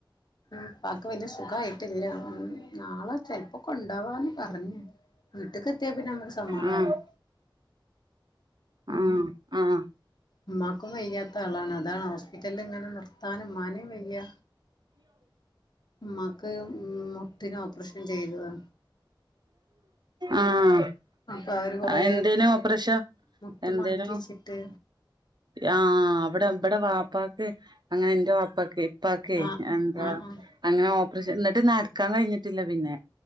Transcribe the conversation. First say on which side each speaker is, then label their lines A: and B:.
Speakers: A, on the left; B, on the right.
A: ഉപ്പാക്ക് വെല്ല്യ സുഖയിട്ടില്ലില്ല നാളെ ചെൽപ്പോ കൊണ്ടവാന്ന് പറഞ്ഞു് വീട്ട്ക്ക് എത്തിയാപ്ന്നെ മ്മക്ക് സമാധാ
B: ആഹ്
A: നെയ് ഉം
B: ആഹ് ആഹ്
A: ഉമ്മാക്കും വയ്യാത്ത ആളാണ് അതാണ് ഹോസ്പി റ്റല്ല്ങ്ങനെ നിർ താന് മാന് വെയ്യ ഉമ്മാക്ക് മുട്ട്ന് ഓപ്പറേഷൻ ചെയ്തതാ
B: ആഹ്
A: അപ്പൊ അവര് കൊറേ
B: ആ എന്തേനോ ഓപ്ര ഷംഎന്തേനോ?
A: മുട്ട് മാറ്റി വെച്ചിട്ട്
B: ആഹ അവിടെ ഇവിടെ വ ഉപ്പക്ക് അങ്ങനെ ന്റെ വാപ്പാക്ക് ഇപ്പക്കേ
A: ആഹ്
B: എന്താ
A: ആഹ് ആഹ്
B: അങ്ങനെ ഓപ കൃഷാ ന്നെട്ട് നടക്കാൻകഴിഞ്ഞിട്ടില്ല പിന്നെ